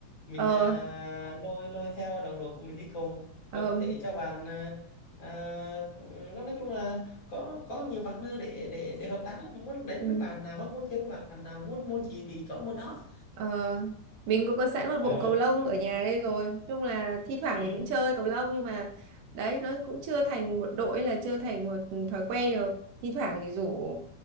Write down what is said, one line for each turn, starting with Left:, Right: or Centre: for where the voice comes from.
Left: mình
Right: ờ
Left: à, lôi lôi theo đồng đội của mình đi cùng
Right: ờ,
Left: rồi có thể cho bạn à, à, ừ, nói chung là có có nhiều partner để để để hợp tác lắm muốn đánh
Right: ừ.
Left: với bạn nào không muốn chơi với bạn nào muốn môn gì thì có môn đó
Right: Ờ, mình cũng có sẵn một
Left: ờ
Right: bộ cầu lông ở nhà đây rồi. Nói chung là thi thoảng
Left: ừ.
Right: thì cũng chơi cầu lông nhưng mà đấy nó cũng chưa thành một đội hay là chưa thành một thói quen rồi. Thi thoảng thì rủ